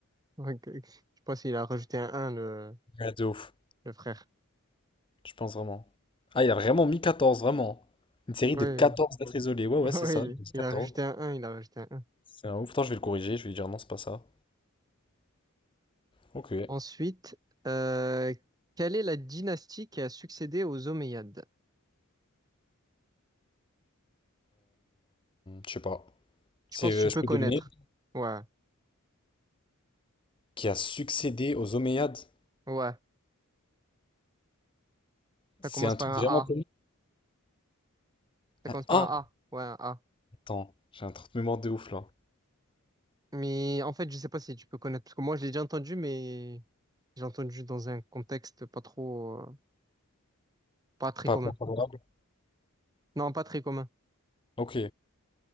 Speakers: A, on the right (about 15°); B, on the left (about 25°).
A: Ok. Je sais pas s'il a rajouté un un le,
B: Ouais, de ouf.
A: le frère.
B: Je pense vraiment. Ah, il a vraiment mis 14 vraiment. Une série
A: Oui,
B: de quatorze lettres isolées. Ouais,
A: oui,
B: ouais,
A: <laughs>
B: c'est ça.
A: il
B: Il a mis
A: il
B: 14.
A: a rajouté un un il a rajouté un 1.
B: C'est un ouf. Attends, je vais le corriger. Je vais lui dire non, c'est pas ça. Ok. Euh,
A: Ensuite, euh, quelle est la dynastie qui a succédé aux Omeyyades?
B: je sais pas.
A: Je
B: C'est,
A: pense
B: euh,
A: que tu
B: je
A: peux
B: peux
A: connaître.
B: deviner,
A: Ouais,
B: qui a succédé aux Omeyyades.
A: ouais.
B: C'est
A: Ça commence
B: un
A: par
B: truc vraiment.
A: un A. Ça
B: Un-
A: commence par
B: Ah!
A: un A. Ouais, un A.
B: Attends, j'ai un truc de mémoire de ouf là.
A: Mais en fait, je sais pas si tu peux connaître, parce que moi, je l'ai déjà entendu, mais J'ai entendu dans un contexte pas trop, euh, pas très
B: Pas
A: commun.
B: pas favorable.
A: Non, pas très commun.
B: Ok.